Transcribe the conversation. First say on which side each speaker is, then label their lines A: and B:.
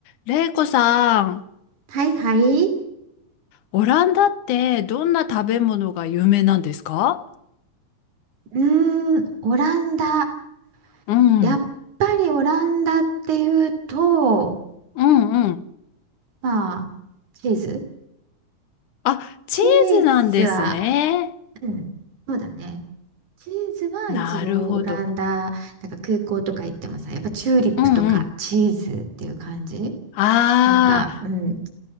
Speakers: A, on the left (about 80°); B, on the right (about 75°).
A: れいこさん、
B: はいはい。
A: オランダってどんな食べ物が有名なんですか
B: うーん、オランダ。
A: うん、
B: やっぱりオランダっていうと、
A: うんうん。
B: まあ、チーズ
A: あ、チーズなんですね。
B: チーズは、うん、そうだね。チーズは一応オランダ、
A: なるほど。
B: なんか空港とか行ってもさ、やっぱチューリップとかチーズっていう感じ
A: うんうん。ああ、
B: なんか、うん、